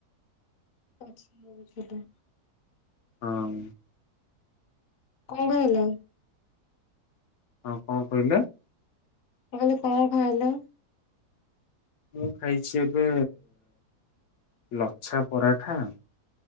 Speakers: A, on the left; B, on the left.
A: ଆଚ୍ଛା ବୁଝିଲି।
B: ହମ୍।
A: କଣ ହେଲା?
B: ହଁ କଣ କହିଲ?
A: ମୁଁ କହିଲି କଣ ଖାଇଲେ?
B: ମୁଁ ଖାଇଛି ଏବେ ଲଛା ପରାଠା।